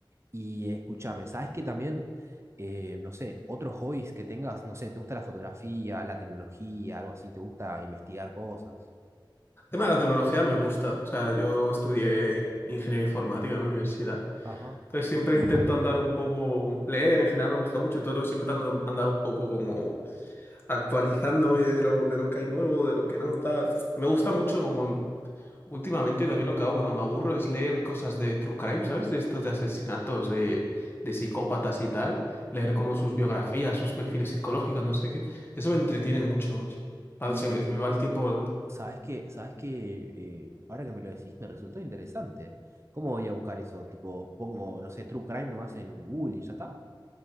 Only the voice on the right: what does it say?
Y escúchame, ¿sabes que también, eh, no sé, otros hobbies que tengas, no sé, ¿te gusta la fotografía, la tecnología, algo así? ¿Te gusta investigar cosas?
Ajá.
<clears throat>
Y
sabes que, sabes que ahora que me lo decís, me resultó interesante. ¿Cómo voy a buscar eso? Tipo, pongo, no sé, True Crime nomás en Google y ya está.